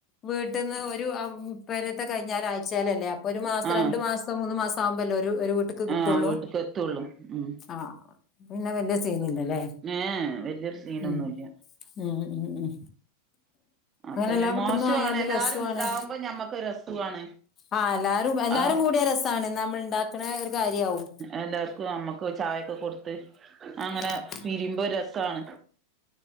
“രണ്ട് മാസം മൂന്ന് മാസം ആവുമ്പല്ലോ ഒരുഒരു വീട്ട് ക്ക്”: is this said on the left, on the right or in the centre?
Left